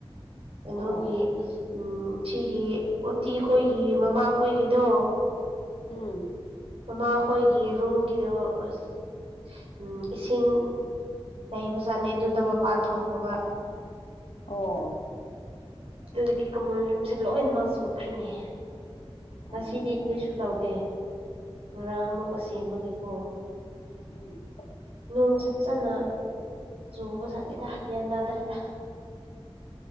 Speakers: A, on the right; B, on the left.
A: ꯀꯩꯅꯣꯒꯤ
B: ꯑꯣ
A: ꯎꯝ ꯁꯤꯒꯤ ꯑꯣꯇꯤ ꯈꯣꯏꯒꯤ ꯃꯃꯥꯈꯣꯏꯒꯤꯗꯣ
B: ꯎꯝ꯫
A: ꯃꯥꯈꯣꯏꯒꯤ ꯔꯨꯝꯒꯤꯗꯣ ꯑꯁ ꯎꯝ ꯏꯁꯤꯡ ꯂꯩꯕꯖꯥꯠꯅꯦ ꯑꯗꯨꯗ ꯃꯄꯥꯟ ꯊꯣꯛꯈ꯭ꯔꯕ꯫
B: ꯑꯣ꯫
A: ꯑꯗꯨꯒꯤ ꯀꯃꯟ ꯌꯨꯝꯁꯦ ꯂꯣꯏꯅꯃꯛ ꯆꯣꯠꯈ꯭ꯔꯤꯅꯦ ꯉꯁꯤꯗꯤ
B: ꯑꯣ
A: ꯀꯔꯤꯁꯨ
B: ꯑꯣ
A: ꯇꯧꯗꯦ꯫ ꯉꯔꯥꯡ ꯑꯃꯨꯛꯀ ꯁꯦꯝꯕꯒꯤꯀꯣ
B: ꯎꯝ
A: ꯅꯣꯡꯁꯦ ꯐꯖꯅ ꯆꯨꯕ ꯖꯥꯠꯅꯤꯗ ꯒ꯭ꯌꯥꯟ ꯇꯥꯗ꯭ꯔꯦꯗ꯫